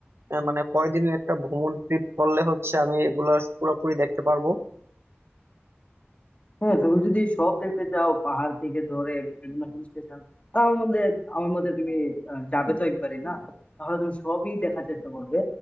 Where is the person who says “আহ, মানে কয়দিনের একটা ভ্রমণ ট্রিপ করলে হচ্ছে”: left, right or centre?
Right